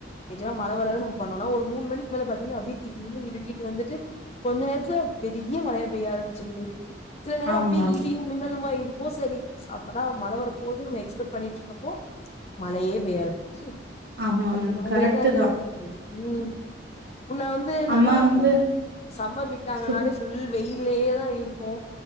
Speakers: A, on the left; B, on the right.
A: நிஜமா மழ வராது ந பண்ணனா ஒரு மூணு மணிக்கு மேல ப <unintelligible> இருட்டிட்டு வந்துட்டு கொஞ்ச நேரத்துல பெரிய மழையா பெய்ய ஆரம்பிச்சிடுது சில நேரம்
B: ஆமா
A: அப்டியே இடியும் மின்னலுமா இருக் ஓ செரி அப்பனா மழை வர போகுதுன்னு நம்ம எக்ஸ்பெக்ட் பண்ணிட்ருக்கப்போ மழையே பெய்யாது ச்சீ
B: ஆமாங்க
A: அந்த மாதிரி
B: கரெக்ட்
A: எல்லாம்
B: தா
A: இருக்குது உம் முன்ன வந்து
B: அம்மா
A: நல்லாருக்கும்
B: வந்து
A: சம்மர் விட்டாங்கனாலே
B: சு
A: ஃபுல் வெயில் இதுலேயே தான் இருக்கும்